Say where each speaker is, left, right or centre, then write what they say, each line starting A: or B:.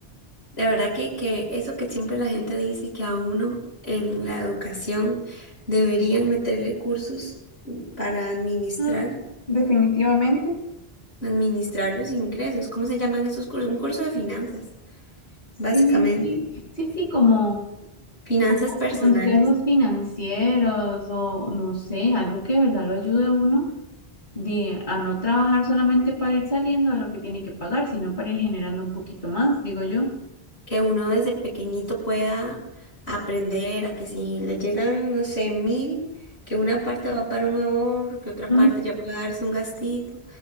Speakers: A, on the left (about 85°); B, on the left (about 50°).
A: De verdad que, que eso que siempre la gente dice que a uno en la educación deberían meterle cursos para administrar,
B: Mm, definitivamente.
A: administrar los ingresos. ¿Cómo se llaman esos cursos? Un curso de finanzas,
B: Sí,
A: básicamente.
B: sí, sí, sí, como,
A: Finanzas
B: como
A: personales.
B: consejos financieros o no sé, algo que de verdad lo ayude a uno de a no trabajar solamente para ir saliendo de lo que tiene que pagar, sino para ir generando un poquito más, digo yo.
A: que uno desde pequeñito pueda aprender a que si le llegan, no sé, mil, que una parte va para un ahorro, que otra
B: Mm,
A: parte ya pueda darse un gastito,